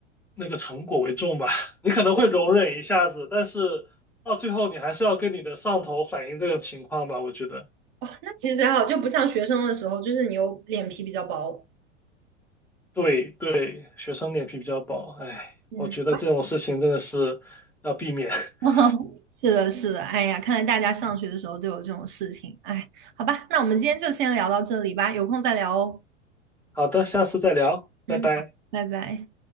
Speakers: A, in the centre; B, on the right (about 45°).
A: 那个成果为重吧。你可能会容忍一下子，但是到最后你还是要跟你的上头反映这个情况吧，我觉得。
B: 哦，那其实还好，就不像学生的时候，就是你有脸皮比较薄。
A: 对对，学生脸皮比较薄，哎，
B: 嗯，
A: 我觉得这种事情真的是要避免。
B: 好吧。
A: <laughs>
B: <laughs> 是的，是的，哎呀，看来大家上学的时候都有这种事情，哎，好吧，那我们今天就先聊到这里吧，有空再聊哦。
A: 好的，下次再聊，
B: 嗯，
A: 拜拜。
B: 好，拜拜。